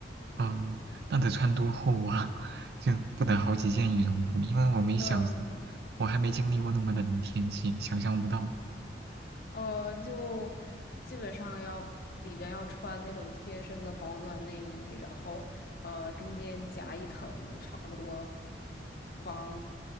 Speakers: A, on the right; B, on the left.
A: 啊，那得穿多厚啊？<laughs> 就不得好几件羽绒服，因为我没想象，
B: 嗯。
A: 我还没经历过那么冷的天气，想象不到。
B: 呃，就基本上要里边要穿那种贴身的保暖内衣，然后呃中间夹一层差不多防